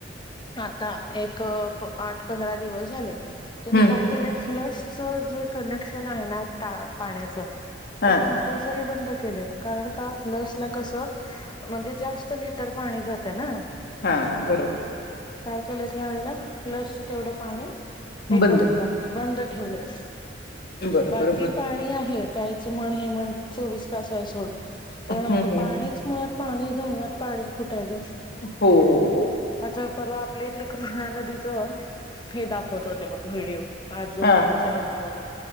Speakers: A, on the left; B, on the left.
A: आता एक आठ पंधरा दिवस झाले त्यांनी
B: हम्म
A: काय केलय फ्लशच जे कनेक्शन आहे ना, ता पाण्याच
B: हा
A: ते कंपल्सरी बंद केलेयत कारण का फ्लश ला कस म्हणजे जास्त लिटर पाणी जातय ना,
B: हा बरोबर.
A: त्याला ह्या वेळेला फ्लश तेवढ पाणी हे
B: बंद
A: करून
B: केली.
A: टाक बंद ठेवलेस
B: बरोबर
A: बाकी
B: बरोबर
A: पाणी आहे प्यायच म्हण हे म्हण चोवीस तास आहे सोड पण
B: हम्म
A: आता
B: हम्म
A: पाणीच मुळात पाणी धरणात पाणी कुठे आहे ग
B: हो हो हो
A: आता परवा आपल्या इथले कृष्णा नदीच हे दाखवत होते बघ व्हिडिओ अर्जुन
B: हा
A: वाढयच ह्याच्यावरून